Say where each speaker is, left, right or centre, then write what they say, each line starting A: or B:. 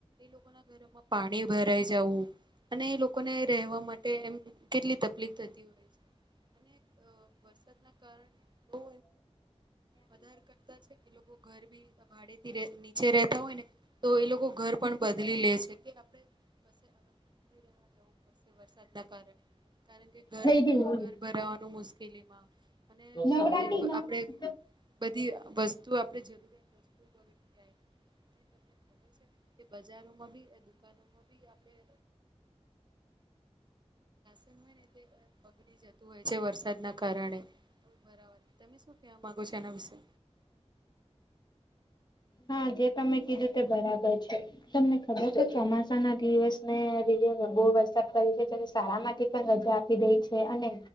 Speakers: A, on the right; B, on the left.
A: લોકો ના ઘરોમાં પાણી ભરાઈ જવું અને એ લોકોને રહેવા માટે એમ. કેટલી તપલીફ થતી હોય છે, અને વરસાદના કારણે બહુ વધાર કરતા છે ને એ લોકો ઘર બી ભાડેથી રે, નીચે રેતા હોય ને, તો એ લોકો ઘર પણ બદલી લે છે, કે આપડે જવું પડશે વરસાદના કારણે- કારણ કે ઘર
B: થઈ ગયું
A: અ ઘર ભરાવાનું મુશ્કેલીમાં અને
B: નવરાત્રી
A: હરેક
B: નવરાત્રી
A: આપણેે બધી વસ્તુ આપણે જરૂરિયાત વસ્તુ તમને ખબર છે. કે બજારોમાં બી દુકાનોમાં બી આપડે <unintelligible> <inaudible> રી જતું હોય છે, વરસાદના કારણે, ઉભરાવાથી તમે શું કેવા માંગો છો એના વિશે.?
B: હા જે તમે કીધું તે બરાબર છે. તમને ખબર છે, ચોમાસા ના દિવસ ને વીડિયો બહુ વરસાદ પડે છે, ત્યારે શાળા માંથી પણ રજા આપ પી ડે છે, અને